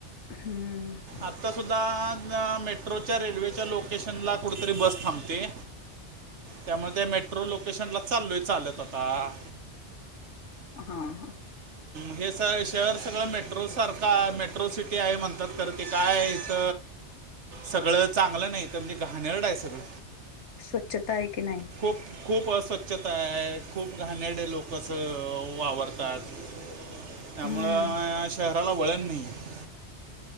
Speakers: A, on the left; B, on the right.
A: हम्मं
B: आत्तां सुद्धां मेट्रोच्यां रेल्वेच्यां लोकेशंनला कुठेतरी बसं थांबते त्यामुळें त्यां मेट्रो लोकेशंनला चालोय चालतं आतां
A: हां हं
B: हे सं शहर सगळं मेट्रो सारखं मेट्रो सिटी आहे म्हणतं तं करते कायं ईथ सगळं चांगलं नाहीं तरं म्हणजे घाणेरड आहे सगळं
A: स्वच्छतां आहे की नाहीं
B: खूंप खूंप अस्वच्छतां आहे खूंप घाणेडे लोकचं वावरतांत त्यांमुळं
A: हम्म
B: यां शहरांला वळणं नाहीं आहे